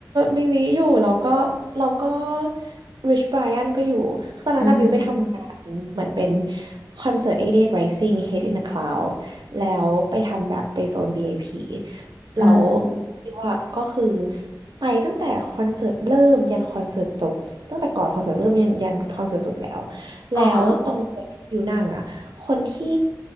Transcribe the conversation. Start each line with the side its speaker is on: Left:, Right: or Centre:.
Right: มิลิอยู่แล้วก็แล้วก็ริชไบรอันก็อยู่ตอนนั้นน่ะวิวไปทำงานเหมือนเป็น
Left: อือหือ
Right: คอนเสิร์ต88 Rising Head in the Cloud แล้วไปทำแบบไปโซน VIP
Left: อือหือ
Right: แล้ววิวอะก็คือไปตั้งแต่คอนเสิร์ตเริ่มยันคอนเสิร์ตจบ ตั้งแต่ก่อนคอนเสิร์ตเริ่มยันยันคอนเสิร์ตจบแล้ว แล้วตรงโซนที่วิวนั่งอะคนที่
Left: อ่าฮะ